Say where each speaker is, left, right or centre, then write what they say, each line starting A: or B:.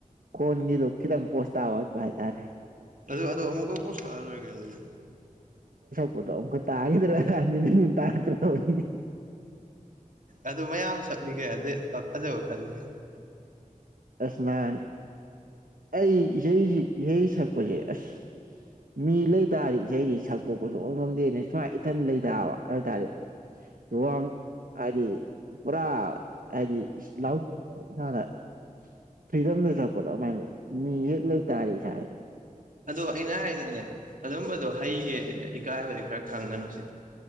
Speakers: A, on the right; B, on the right.
A: ꯈꯣꯟꯒꯤꯗꯣ ꯈꯤꯇꯪ ꯄꯣꯁꯇꯥꯕ ꯋꯥꯠꯄ ꯍꯥꯏ ꯇꯥꯔꯦ
B: ꯑꯗꯨ ꯑꯗꯨ ꯑꯃꯨꯛꯀ ꯑꯃꯨꯛ ꯁꯛꯑ ꯂꯣꯏꯔꯦ ꯀꯩ ꯑꯗꯨꯗꯤ
A: ꯎꯗ ꯑꯃꯨꯛꯀ ꯇꯥꯒꯤꯗ꯭ꯔꯅ ꯍꯟꯖꯤꯟ ꯍꯟꯖꯤꯟ ꯇꯥꯔꯛꯇꯅ ꯗꯩꯗꯤ
B: ꯑꯗꯨ ꯃꯌꯥꯝ ꯁꯛꯅꯤꯒꯦ ꯑꯗꯩ ꯐꯖꯕ ꯈꯟꯕꯤꯒꯦ
A: ꯑꯁ ꯅꯥꯟ ꯑꯩ ꯏꯁꯩ ꯏꯁꯩ ꯁꯛꯄꯖꯦ ꯑꯁ ꯃꯤ ꯂꯩ ꯇꯥꯔꯗꯤ ꯏꯁꯩꯖꯦ ꯁꯛꯇꯣꯛꯄ ꯁꯨꯡꯉꯝ ꯉꯝꯗꯦꯅꯦ ꯁꯨꯃꯥꯏ ꯏꯊꯟ ꯂꯩꯗꯥꯕ ꯑꯗꯨꯏ ꯇꯥꯔꯗꯤ ꯋꯥꯔꯨꯅꯨ ꯍꯥꯏꯗꯤ ꯄꯨꯔꯥ ꯍꯥꯏꯗꯤ ꯏꯁ ꯂꯥꯎꯠꯅ ꯐ꯭ꯔꯤꯗꯝꯗ ꯁꯛꯄꯗꯣ ꯑꯃꯥꯏꯅ ꯃꯤ ꯍꯦꯛ ꯂꯩꯇꯥꯔꯗꯤ ꯁꯛꯑꯦ
B: ꯑꯗꯣ ꯑꯩꯅ ꯍꯥꯏꯗꯤꯅꯦ ꯑꯗꯨꯝꯕꯗꯣ ꯍꯩꯒꯦ ꯏꯀꯥꯏꯕꯗꯤ ꯈꯔ ꯈꯪꯒꯅꯣ ꯁꯤ